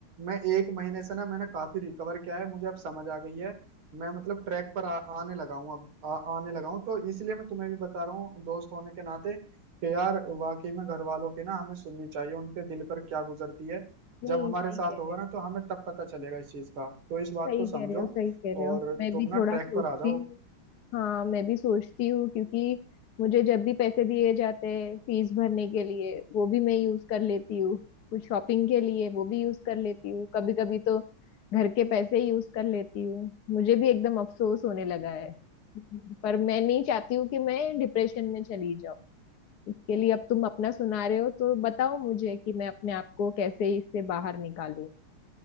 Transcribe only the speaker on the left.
नहीं
सही
कह
रहे हो
सही
कह रहे हो सही कह रहे
हो मैं
भी थोड़ा
सोचती
हूँ हाँ मैं भी सोचती हूँ क्योंकि मुझे जब भी पैसे दिए जाते हैं फीस भरने के लिए वो भी मैं यूज कर लेती हूँ कुछ शॉपिंग के लिए वो भी यूज कर लेती हूँ कभी कभी तो घर के पैसे यूज कर लेती हूँ मुझे भी एकदम अफसोस होने लगा है पर मैं नहीं चाहती हूँ कि मैं डिप्रेशन में चली जाऊँ इसके लिए अब तुम अपना सुना रहे हो तो बताओ मुझे कि मैं अपने आप को कैसे इससे बाहर निकालूं